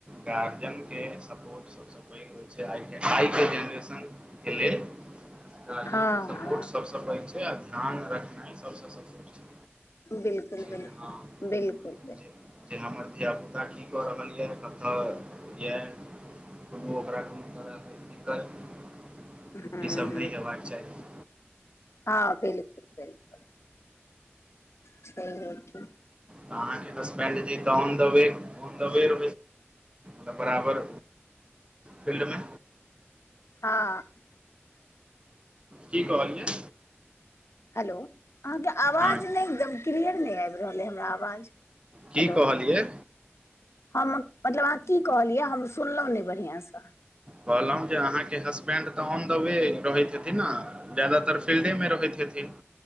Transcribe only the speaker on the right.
गार्जन के सपोर्ट स सब पैघ होई छै आय के, आई के जेनरेशन के लेल गार्जियन
के सपोर्ट
सबसँ पैघ छै, आ ध्यान रखनाय सबसँ सपोर्ट छै।
जे हँ
जे जे हमर धिया पुता की कऽ रहल ये कतऽ ये कोनो ओकरा ओकरा लेल दिककत
ई सब नै हेबाक चाही।
अहाँके हस्बैनड जे तहन द बे बेर <unintelligible> बरार फील्ड मे
की कहलियै?
हँ
की
कहलियै?
कहलाउ जे अहाँके हसबेंड तऽ ऑन द वे रहैत हेथिन न। जदातर फील्डे मे रहैत हेथिन।